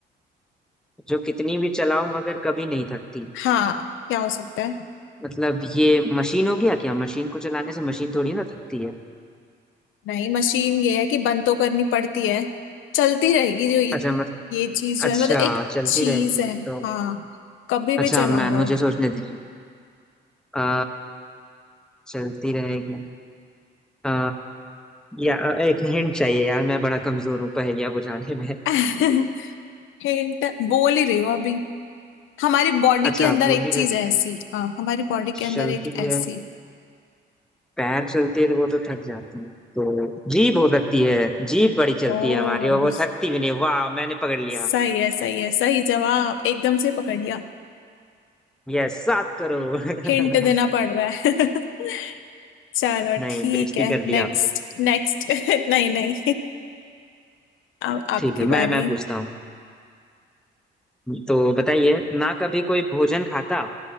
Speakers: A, in the centre; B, on the left.
A: जो कितनी भी चलाओ मगर कभी नहीं थकती
B: हाँ क्या हो सकता है
A: मतलब ये मशीन हो गया क्या मशीन को चलाने से मशीन थोड़ी ना थकती है
B: नहीं मशीन ये है कि बंद तो करनी पड़ती है चलती रहेगी जो ये,
A: अच्छा मतलब
B: ये चीज जो
A: अच्छा
B: है मतलब एक
A: चलती
B: चीज
A: रहेगी
B: है
A: तो
B: हाँ कभी भी
A: अच्छा
B: चला
A: मैम
B: लो
A: मुझे सोचने दीजिए आ, चलती रहेगी आ, या एक हिंट चाहिए यार मैं बड़ा कमजोर हूँ पहेलियाँ बुझाने में
B: <laughs> हिंट बोल ही रही हो अभी हमारी बॉडी
A: अच्छा
B: के अंदर
A: बोली
B: एक
A: में
B: चीज है ऐसी हाँ हमारी बॉडी के अंदर
A: चलती
B: एक ऐसी
A: है पैर चलती है तो वो तो थक जाती है तो जीभ हो सकती है जीभ बड़ी चलती
B: ओ
A: है हमारी और वो थकती भी नहीं वाह मैंने पकड़ लिया
B: सही है सही है सही जवाब एकदम से पकड़ लिया
A: यस सात करोड़ <laughs>
B: हिंट देना पड़ रहा है <laughs> चलो
A: नहीं
B: ठीक
A: बेइज्जती
B: है
A: कर
B: नेक्स्ट
A: दी आपने
B: नेक्स्ट <laughs> नहीं नहीं अब आपकी
A: ठीक है मैं
B: बारी
A: मैं पूछता हूँ तो बताइए ना कभी कोई भोजन खाता